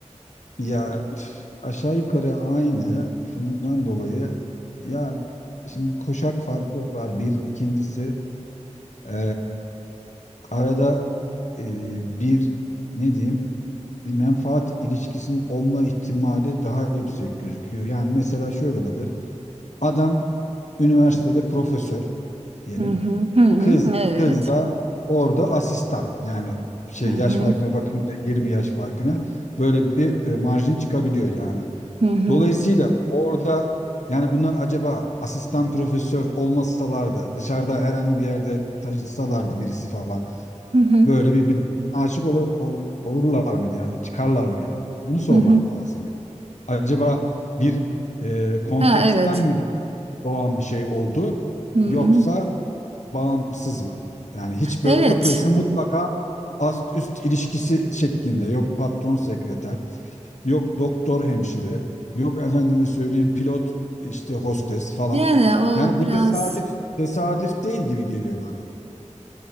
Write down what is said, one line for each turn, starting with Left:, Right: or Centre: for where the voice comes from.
Left: ya üf, aşağı yukarı aynı şundan dolayı ya şimdi kuşak farkı var bir ikincisi e, arada e, bir ne diyeyim bir menfaat ilişkisinin olma ihtimali daha yüksek gözüküyor yani mesela şöyle olabilir adam üniversitede profesör diyelim
Right: Hı hı hı hı
Left: Kız
Right: evet.
Left: kız da orada asistan. Yani şey
Right: Hı hı
Left: yaş farkına bakınca 20 yaş farkına böyle bir e, marjin çıkabiliyor yani.
Right: hı hı.
Left: Dolayısıyla orada yani bunlar acaba asistan profesör olmasalardı dışarıda herhangi bir yerde taşınsalardı birisi falan
Right: Hı hı,
Left: böyle birbirine aşık olur, ol- olurlar mıydı yani çıkarlar mıydı? Bunu sormak
Right: hı hı.
Left: lazım ya. Acaba bir e, konteksten
Right: Ha evet.
Left: mi doğan bir şey oldu
Right: Hı hı.
Left: yoksa bağımsız mı? Yani hiç böyle
Right: Evet.
Left: bakıyorsun mutlaka ast üst ilişkisi şeklinde. Yok patron sekreter, yok doktor hemşire, yok efendime söyleyeyim pilot işte hostes falan.
Right: Yani o
Left: Yani bu
Right: biraz
Left: tesadüf tesadüf değil gibi geliyor bana.